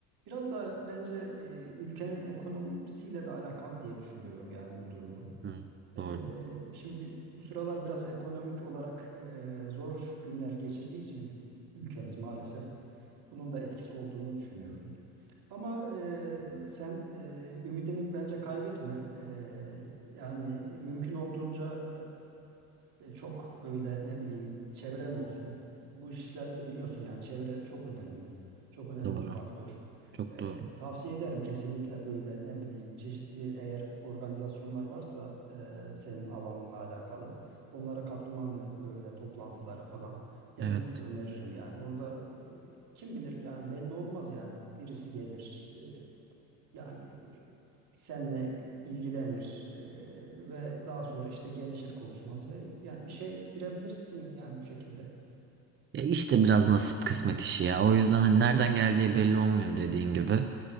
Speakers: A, on the right; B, on the right.
A: Biraz da bence e, ülkenin ekonomisiyle de alakalı diye düşünüyorum yani bu durumun.
B: Hı,
A: Ee,
B: doğru,
A: şimdi bu sıralar biraz ekonomik olarak e, zor günler geçirdiği için ül- ülkemiz maalesef bunun da etkisi olduğunu düşünüyorum. Ama eee, sen eee, ümidini bence kaybetme. Eee, yani mümkün olduğunca eee, e, çok böyle ne bileyim çevren olsun. Bu işlerde biliyorsun yani çevre çok önemli. Çok önemli
B: doğru.
A: bir faktör.
B: Çok
A: Eee,
B: doğru.
A: tavsiye ederim kesinlikle böyle ne bileyim çeşitli eğer organizasyonlar varsa eee, senin alanla alakalı onlara katılmanı böyle toplantılara falan. Kesinlikle
B: Evet.
A: öneririm yani. Orada e, kim bilir yani belli olmaz yani. Birisi gelir e, yani e, seninle ilgilenir e, ve daha sonra işte gelişir konuşmanız ve yani işe girebilirsin yani bu şekilde.
B: Ya işte biraz nasip kısmet işi ya. O yüzden hani nereden geleceği belli olmuyor dediğin gibi.